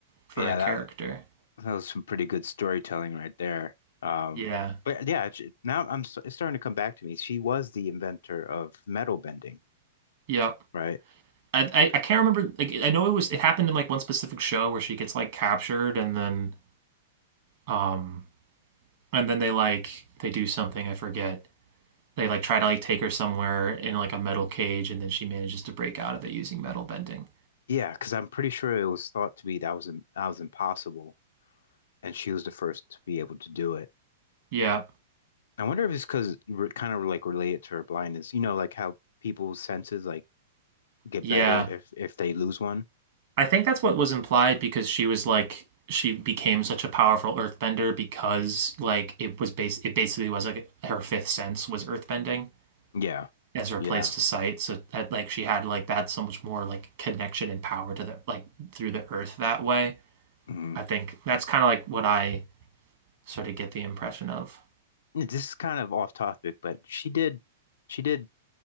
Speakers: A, on the right; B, on the left.
A: for
B: Yeah,
A: a character.
B: that that was some pretty good storytelling right there. Um,
A: Yeah.
B: but yeah, j- now I'm s- it's starting to come back to me. She was the inventor of metal bending,
A: Yep.
B: right?
A: I, I, I can't remember like I know it was it happened in like one specific show where she gets like captured and then um and then they like they do something I forget they like try to like take her somewhere in like a metal cage and then she manages to break out of it using metal bending.
B: Yeah, because I'm pretty sure it was thought to be that was im- that was impossible, and she was the first to be able to do it.
A: Yeah.
B: I wonder if it's because kind of like related to her blindness. You know, like how people's senses like get
A: Yeah.
B: better if if they lose one.
A: I think that's what was implied because she was like she became such a powerful earthbender because like it was base it basically was like her fifth sense was earthbending
B: Yeah,
A: as her
B: yeah.
A: place to sight so that like she had like that so much more like connection and power to the like through the earth that way.
B: hmm
A: I think that's kind of like what I sort of get the impression of.
B: This is kind of off topic, but she did she did